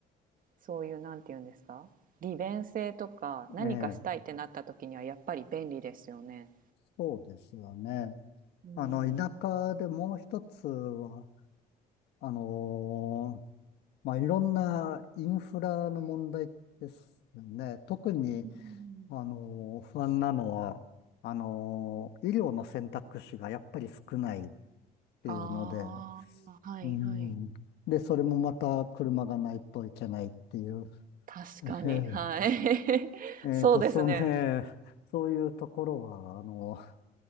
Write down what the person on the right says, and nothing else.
そういう、なんて言うんですか、利便性とか、何かしたいってなった時にはやっぱり便利ですよね。
うんうん。
うん。
ああ、はいはい。
確かに、
はい。<laughs>
そうですね。